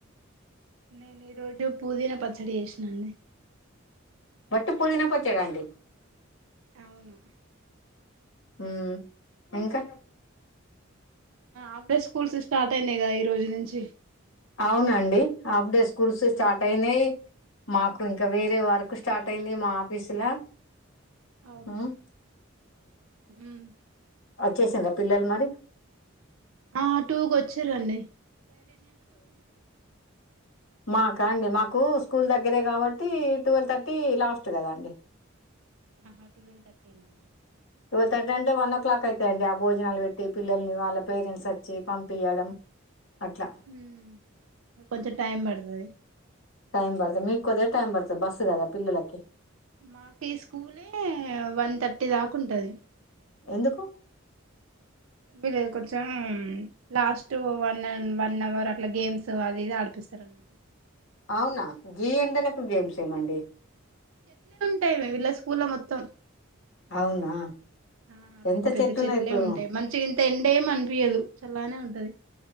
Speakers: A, on the right; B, on the left.
A: నేను ఈ రోజ పుదీన పచ్చడి చేసినాండి
B: వట్టి పూదిన పచ్చాడా అండి
A: అవును
B: ఉ ఇంకా
A: అప్పుడే స్కూల్స్ స్టార్ట్ తగా ఈ రోజు నుంచి
B: అవునండి హాఫ్ డే స్కూల్స్ స్టార్ట్
A: ఆ
B: అయినాయి మాకు ఇంకా వేరే వర్క్ స్టార్ట్ అయింది మా ఆఫీసులా
A: అవునా
B: ఉమ్
A: మ్మ్.
B: చేసాం పిల్లలు మరి
A: ఆ టూకు వచ్చారంండి
B: మాకా అండి మాకు మాకు స్కూల్ దగ్గరే కాబట్టి ట్వెల్వ్ థర్టీ లాస్ట్ కదా అండి
A: ఆహా ట్టువెల్వ్ థర్టీ నా
B: టువల్ థర్టీ అంటే వన్ ఓ క్లాక్ అయిత అండి ఆ భోజనాలు పెట్టి పిల్లల్ని వాళ్ళ పేరెంట్స్ వచ్చి పంపియడం అట్లా
A: హ్మ్మ్ కొంచెం టైమ్ పడుతు అై
B: టైం పడుతుంది మీకు కొదే టైం పడుతుంది బస్సు కదా పిల్లలకి
A: మాకు ఈ స్కూలే వన్ థర్టీ దాకా ఉంటది
B: ఎందుకు
A: వీళ్ళ కొంచెం లాస్ట్ వన్ వన్ అవర్ అట్లా గేమ్స్ అదిది ఆడిపిస్తారు అ
B: అవునా గీ ఎండలకు గేమ్స్ ఏమండి
A: టై ఇల్ స్కూల్ మొత్తం
B: అవునా!
A: ఆ
B: ఎంత
A: పెద్ద పెద్ద
B: చెట్లున్నాయి
A: చెట్లే
B: ఇప్పుడు.
A: ఉంటాయి మంచి ఇంత ఎండే అనిపిించదు చల్లానే ఉంటా అంటది